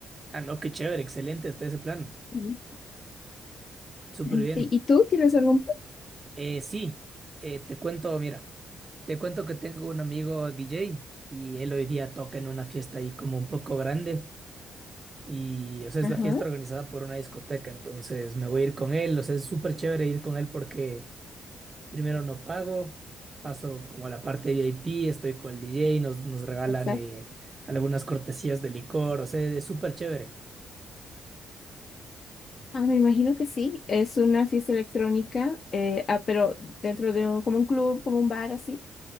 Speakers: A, on the right; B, on the left.
A: Ah, no, qué chévere, excelente está ese plan.
B: Sí.
A: Súper
B: Eh,
A: bien.
B: sí ¿y tú tienes algún plan?
A: Eh, sí, eh, te cuento, mira, te cuento que tengo un amigo DJ y él hoy día toca en una fiesta ahí como un poco grande y, o sea, es
B: Ajá.
A: la fiesta organizada por una discoteca, entonces me voy a ir con él, o sea, es súper chévere ir con él porque primero no pago, paso como a la parte VIP, estoy con el DJ, nos, nos regalan
B: Exacto.
A: eh, algunas cortesías de licor, o sea, es súper chévere.
B: Ah, me imagino que sí. Es una fiesta electrónica, eh, ah, pero dentro de un, como un club, como un bar así.